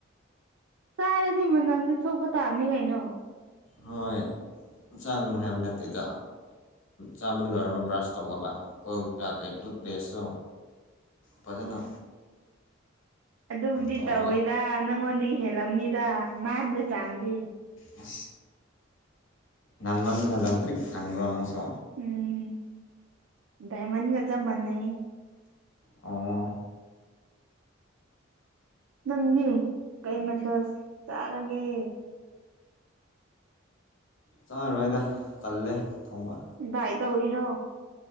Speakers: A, on the right (about 75°); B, on the left (about 75°).
A: ꯆꯥꯔꯗꯤ ꯃꯅꯝꯗꯤ ꯊꯣꯛꯄ ꯇꯥꯕꯅꯤ ꯀꯩꯅꯣ
B: ꯍꯣꯏ ꯆꯥꯒꯅ ꯍꯥꯏꯕ ꯅꯠꯇꯦꯗ ꯆꯥꯕ ꯂꯣꯏꯔꯒ ꯕ꯭ꯔꯁ ꯇꯧꯒꯂ ꯀꯣꯜ ꯀ ꯇꯨꯠꯄꯦꯁꯇꯣ ꯐꯖꯅ
A: ꯑꯗꯨꯕꯨꯗꯤ
B: ꯇꯧꯔꯒ
A: ꯇꯧꯋꯤꯗ ꯅꯪꯉꯣꯟꯗꯒꯤ ꯍꯦꯜꯂꯝꯅꯤꯗ ꯅꯥꯟꯕ ꯆꯥꯡꯗꯤ
B: ꯑ ꯅꯥꯟꯃꯟꯗꯅ ꯂꯪꯇ꯭ꯔꯤꯛ ꯂꯪꯕꯔ꯭ ꯅꯪꯁꯣ
A: ꯎꯝ ꯗꯥꯏꯃꯟꯒ ꯆꯞ ꯃꯥꯟꯅꯩ
B: ꯑꯣ
A: ꯅꯪꯗꯤ ꯀꯩ ꯃꯊꯦꯜ ꯆꯥꯔꯒꯦ
B: ꯆꯥꯔꯣꯏꯗ ꯇꯜꯂꯦ ꯊꯣꯡꯕ
A: ꯚꯥꯏ ꯇꯧꯔꯤꯔꯣ